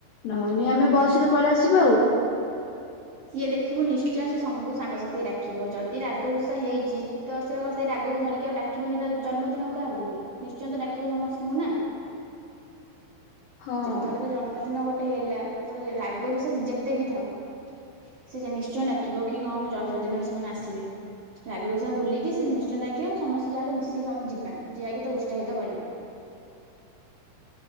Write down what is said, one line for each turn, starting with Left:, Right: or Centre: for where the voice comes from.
Left: ନହେନ ଆମେ ବସ ରେ ପଳେଇଆସିବା ଆଉ
Right: ଇଏ ଦେଖିବୁ ନିଶ୍ଚୟ ସେ ସବୁ ସାଙ୍ଗସାଥି ଡାକିବ ଯଦି ରାଗ ରୁଷା ହେଇଛି ତ ସେ କଣ ସେଇ ରାଗକୁ ଧରିକି ଆଉ ଡାକିବନି ତ ଜନ୍ମଦିନକୁ କାହାକୁ କି ନିଶ୍ଚୟ ତ ଡାକିବ ସମସ୍ତଙ୍କୁ ନା
Left: ହଁ।
Right: ଯେତେବେଳେ ତ ଜନ୍ମଦିନ ଗୋଟେ ହେଲା ତ ରାଗରୁଷା ଯେତେ ବି ଥାଉ। ସେ ଜେମି ନିଶ୍ଚୟ ଡାକିବ କି ହଁ ମୋ ଜନ୍ମଦିନରେ ସେମାନେ ଆସିବେ ରାଗରୁଷା ଭୁଲିକି ସେ ନିଶ୍ଚୟ ଡାକିବ ସମସ୍ତେ ଯାହାହଲେ ମିଶିକି ସମସ୍ତେ ଯିବା ଯାଇକି ତାକୁ ଉତ୍ସାହିତ କରିବା।